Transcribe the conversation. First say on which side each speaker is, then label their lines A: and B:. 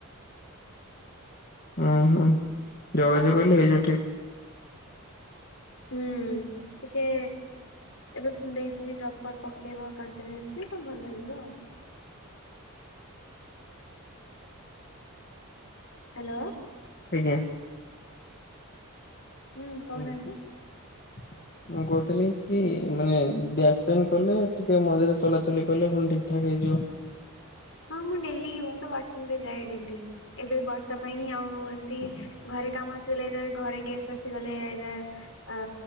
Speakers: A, on the left; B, on the left.
A: ହୁଁ ହୁଁ ଯୋଗାଯୋଗ
B: ଆଉ
A: କଲେ ହେଇଯିବ ଠିକ।
B: ହୁଁ ଟିକେ ଏବେ ଦେଇଛନ୍ତି ଡ୍ରପର୍ ପକେଇବ କଣ୍ଟିନ୍ୟୁଅସ୍ଲି ତ ଭଲ ହେଇଯିବ ଆଉ। ହ୍ୟାଲୋ
A: ଆଜ୍ଞା
B: ହୁଁ
A: <unintelligible>
B: କହୁନାହାନ୍ତି <inaudible>
A: ମୁଁ କହୁଥିଲି କି ମାନେ ବ୍ୟାକ୍ ପେନ୍ କଲେ ଟିକେ ମଝିରେ ଚଲାଚଲି କଲେ ପୁଣି ଠିକ୍ ଠାକ୍ ହେଇଯିବ।
B: ହଁ ମୁଁ ଡେଲି ମୁଁ ତ ୱାକିଂ ରେ ଯାଏ ଡେଲି ଏବେ ବର୍ଷା ପାଇଁ ଆଉ ଏମିତି ଘରେ କାମ ଆସିଗଲେ ଏ ଘରେ ଗେଷ୍ଟ ଆସିଗଲେ। ଅ